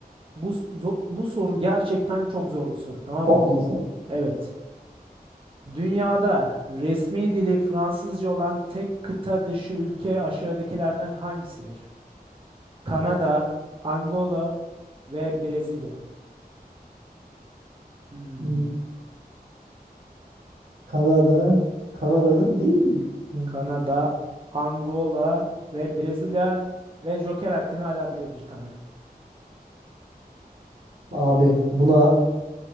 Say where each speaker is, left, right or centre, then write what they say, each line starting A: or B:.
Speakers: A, on the right (about 35°); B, on the right (about 75°).
A: Bu s- zo- bu soru gerçekten çok zor bir soru, tamam
B: Çok
A: mı?
B: musun?
A: Evet. Dünyada resmi dili Fransızca olan tek kıta dışı ülke aşağıdakilerden hangisidir? Kanada, Angola ve Brezilya. Hmm.
B: Hmm. Kanada. Kanada'nın değil. Hı.
A: Kanada, Angola ve Brezilya ve Joker hakkın hala duruyor bir tane.
B: Abi buna